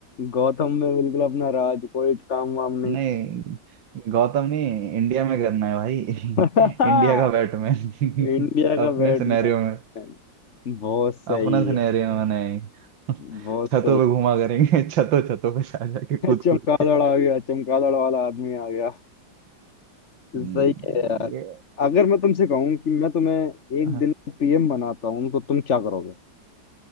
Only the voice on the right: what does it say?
नहीं गौतम नहीं इंडिया में करना है भाई <laughs>
इंडिया का बैटमैन
<laughs> अपने
सिनेरियो में
अपना सिनेरियो
में नहीं <laughs>
छतों
पे घुमा करेंगे <laughs> छतों छतों पे जा जाके
कूद
कूद के <laughs>
हम्म,
ये
हाँ,